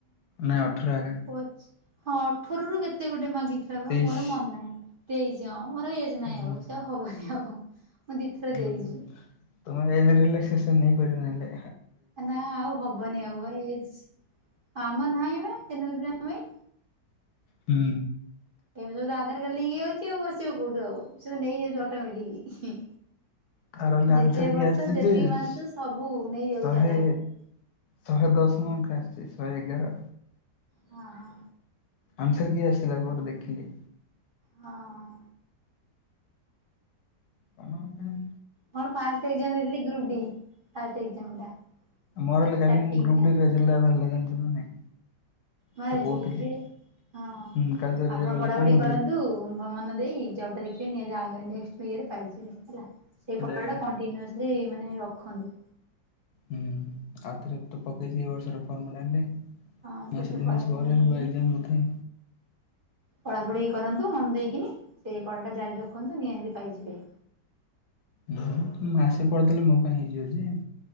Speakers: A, on the left (about 70°); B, on the right (about 40°).
A: ନାଇଁ ଅଠର ଆଗ।
B: ପଚ୍ ହଁ ଅଠରରୁୁ କେତେ ଗୋଟେ ମାଗିଥିଲା ପା
A: ତେଇଶି
B: ମୋର ମନ ନାହିଁ ଦେଇଛି ହଁ ମୋର ଏଇ ନାଇଁ
A: ହୁଁ
B: ଆଉ ସେଉ ହବନି ଆଉ। ମୁଁ ଦିଥର
A: ହୁଁ
B: ଦେଇଚି
A: ତମେ ରିଲାକ୍ସେସନ ନେଇପାରିବ ନେଲେ।
B: ନା ଆଉ ହବନି ଆଉ ଭାଇ ଏଜ୍ ଆମର ନାହିଁ ବା ଜେନେରାଲ ପିଲାଙ୍କ ପାଇଁ।
A: ହୁଁ।
B: ଏବେ ସବୁ ତ ଆଧାରକାର୍ଡ ଲିଙ୍କ ହେଇଯାଉଛି ଆଉ ଆସିବ କୋଉଠୁ ଆଉ ସେ ତ ନେଇଯାଉଛି ଅଟୋମେଟିକ।
A: ତାର ହେଲେ
B: ଯେତେ
A: ଆନ୍ସର
B: ବର୍ଷ
A: କି ଆସିଛି
B: ଯେତେ
A: ଯେ
B: ମାସ ସବୁ ନେଇଯାଉଛି
A: ଶହେ
B: ଆଧାର କାର୍ଡ।
A: ଶହେ ଦଶମଙ୍କ ଆସିଛି ଶହେ ଏଗାର।
B: ହଁ ହଁ।
A: ଆନ୍ସର କି ଆସିଲା ପରେ ଦେଖିଲି।
B: ହଁ।
A: କଣ କାଇଁ?
B: ମୋର ଫାଷ୍ଟ ଏଗଯାମ୍ ଦେଇଥିଲି ଗ୍ରୁପ ଡି ଫାଷ୍ଟ ଏଗଯାମ୍ ଟା।
A: ମୋର
B: ଷ୍ଟାର୍ଟିଂ
A: କାଲି ମୁଁ ଗୄପ
B: ଟା
A: ଡିର ରେଜଲ୍ଟ ବାହାରିଲ ଜାଣିଚୁ ନା ନାଇଁ?
B: ମାରିଛି
A: ତ କହୁଥିଲି।
B: ହେ ହଁ
A: ହୁଁ କାଲି ତ ରେଜଲ୍ଟ
B: ଆପଣ
A: ବାହାରିଲା
B: ପଢାପଢି
A: କହୁନଥିଲି
B: ଭ କରନ୍ତୁ ମନ ଦେଇ ଜବ ଟେ ଦେଖିବେ ନିହାତି ଯାହାବି ହେଲେ ନେକ୍ସଟ୍ ଇଏ ରେ ପାଇଯିବେ ହେଲା ସେଇ
A: ସେଟା
B: ପଢ଼ାଟା
A: ଆଜ୍ଞା।
B: କଣ୍ଟିନିଓସ ହେ ମାନେ ରଖନ୍ତୁ।
A: ହୁଁ ଆଉ ଥରେ ତ ପକେଇଛି ଏଇ ବର୍ଷର ଫର୍ମ ଟା ଆଣିଲେ।
B: ହଁ ସେଥିରେ
A: ମାସେ ଦି
B: ପଢାରେ
A: ମାସେ ପରେ
B: ମନ
A: ହବ
B: ଦିଅନ୍ତୁ।
A: ଏଗ୍ଜାମ ବୋଧେ।
B: ପଢାପଢି କରନ୍ତୁ ମନ ଦେଇକିନି ସେଇ ପଢ଼ା ଟା ଜାରି ରଖନ୍ତୁ ନିହାତି ପାଇଯିବେ।
A: ମୁଁ ମାସେ ପଢ଼ିଦେଲେ ମୋ ପାଇଁ ହେଇଯିବ ଯେ